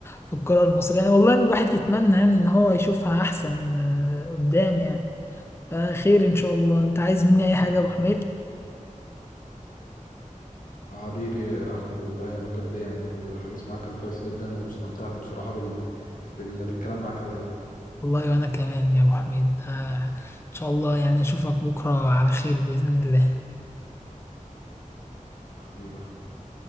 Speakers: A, on the left (about 20°); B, on the left (about 80°).
A: في الكرة المصرية يعني والله الواحد يتمنى يعني ان هو يشوفها احسن آه، قدام يعني فخير ان شاء الله انت عايز مني اي حاجة
B: بالظبط.
A: يا ابو حميد
B: حبيبي يا احمد والله من بجد يعني الحديث معاك كان كويس جدا واستمتعت بصراحة بال... بال... بالكلام معاك قوي يعني
A: والله وانا كمان يا ابو حميد آه، ان شاء الله يعني اشوفك بكرة على خير بإذن الله
B: حبيبي يا اخويا